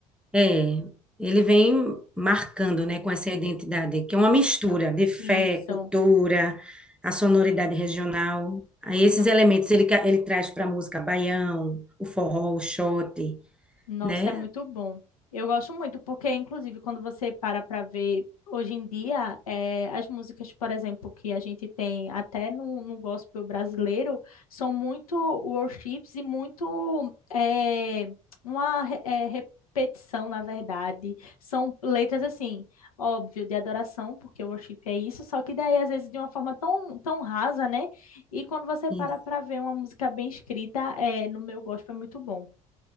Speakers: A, in the centre; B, on the left (about 75°).
A: É, ele vem marcando, né, com essa identidade, que é
B: Isso,
A: uma mistura de fé,
B: isso.
A: cultura, a sonoridade regional. Aí esses
B: Nossa.
A: elementos ele, ca- ele traz para a música baião, o forró, o xote,
B: Nossa,
A: né?
B: é muito bom. Eu gosto muito, porque, inclusive, quando você para para ver, hoje em dia, eh, as músicas, por exemplo, que a gente tem até no, no gospel brasileiro, são muito worships e muito eh, uma re- eh, repetição, na verdade. São letras, assim, óbvio, de adoração, porque o worship é isso, só que daí, às vezes, de uma forma tão, tão rasa, né? E quando você para
A: E-
B: para ver uma música bem escrita, eh, no meu gospel é muito bom.